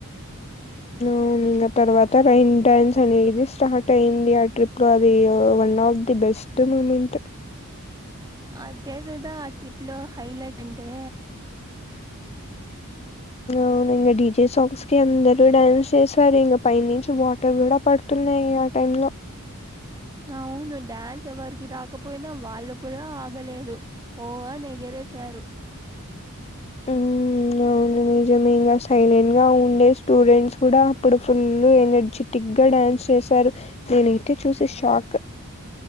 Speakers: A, on the left; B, on the right.
A: హుమ్ ఇంగ తర్వాత రైన్ డ్యాన్స్ అనేది స్టార్ట్ అయింది. ఆ ట్రిప్ లో అది ఆ one of the best moment
B: అదే కదా ఆ ట్రిప్ లో హైలైట్ అంటే
A: అవునా డీజే సాంగ్స్ కి అందరూ డ్యాన్స్ చేసారు ఇంగ పైనుంచి వాటర్ గూడ పడ్ తున్నాయి ఆ టైమ్ లో
B: అవును డాన్స్ ఎవరికి రాకపోయినా, వాళ్ళు కూడ ఆగలేదు. ఓ అనేగరేసారు. <inaudible>
A: ఉమ్ అవును నిజమే ఇంగ సైలెంట్ గా ఉండే స్టూడెంట్స్ కూడ అప్పుడు ఫుల్ ఎనర్జీ టిగ్గా డాన్స్ చేశారు నేనయితే చూసి షాక్